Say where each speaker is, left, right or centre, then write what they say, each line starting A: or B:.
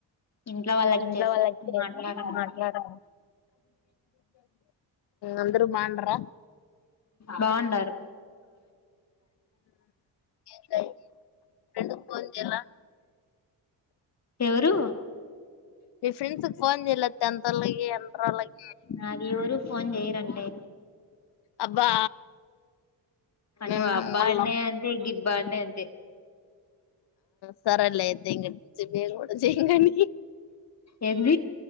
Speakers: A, on the left (about 35°); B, on the left (about 65°).
A: ఇంట్లో వాళ్ళకి
B: ఇంట్లో
A: చేసే
B: వాళ్ళకి చేసా
A: మాట్లాడాలి
B: మాట్లాడాను అందరూ బాగుండరా
A: బాగుండారు
B: ఫ్రెండ్ ఫోన్ చేయలా
A: ఎవరు
B: మీ ఫ్రెండ్స్ కి ఫోన్ చెయలా టెంన్తోల్కి ఇంట్రోల్కి
A: నాగుయెవరు ఫోన్ చెయరంటే
B: అబ్బా మేం
A: నువ్వు
B: నమ్మల
A: అబ్బా అన్నే అంతే గిబ్బా అన్నే అంతే
B: సరేలే అయితే ఇ మేం కూడా చెయమ్గాని
A: ఏంది